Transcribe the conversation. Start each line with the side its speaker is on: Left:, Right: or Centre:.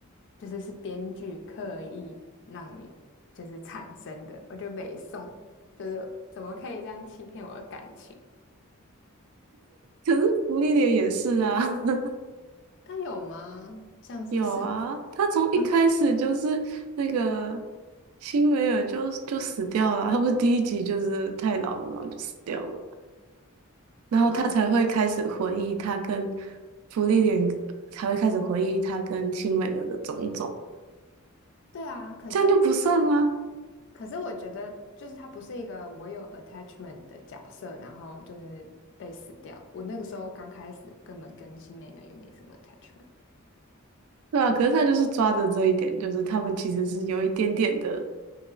Left: 就是是编剧刻意让你就是产生的，我觉得北宋就是怎么可以这样欺骗我的感情？
Right: 可是福利点也是啊，<laughs>
Left: 但有吗？像是什么？
Right: 有啊，他从一开始就是那个
Left: <laughs>
Right: 辛维尔就就死掉了啊他不是第一集就是太老了，然后就死掉了，然后他才会开始回忆他跟
Left: 嗯，
Right: 芙莉莲，才会开始回忆他跟辛维尔的种种，
Left: 对啊，可是。
Right: 这样就不算吗？
Left: 可是我觉得，就是他不是一个我有 attachment 的角色，然后就是被死掉。我那个时候刚开始根本跟新美人也没什么 attachment。
Right: 对啊，可是他就是抓着这一点，就是他们其实是有一点点的